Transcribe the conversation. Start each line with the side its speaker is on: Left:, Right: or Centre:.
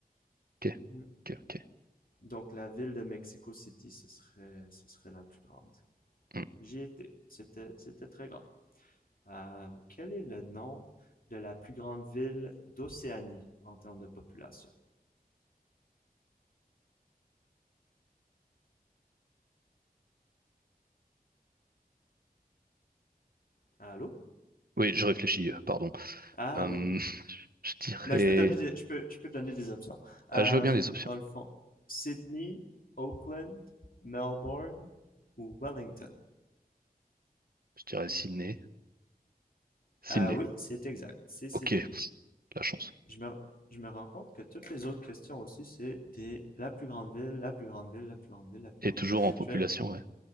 Right: ok,
Left: Hmm.
Right: ok, ok.
Left: Donc la ville de Mexico City, ce serait, ce serait la plus grande.
Right: Hmm.
Left: J'y étais. C'était, c'était très grand. Euh, quel est le nom de la plus grande ville d'Océanie en termes de population? Allô?
Right: Oui, je réfléchis, euh, pardon.
Left: Ah
Right: Euh,
Left: oui.
Right: <laughs> je dirais...
Left: Ben, je peux te donner des, je peux, je peux te donner des options.
Right: Ah,
Left: Euh,
Right: je veux bien les options.
Left: dans le fond, Sydney, Auckland, Melbourne ou Wellington?
Right: Je dirais Sydney. Sydney,
Left: Ah oui, c'est exact. C'est Sydney.
Right: ok, la chance.
Left: Je me, je me rends compte que toutes les autres questions aussi, c'est des la plus grande ville, la plus grande ville, la plus grande ville, la plus
Right: Et
Left: grande
Right: toujours
Left: ville.
Right: en population,
Left: Je vais,
Right: ouais.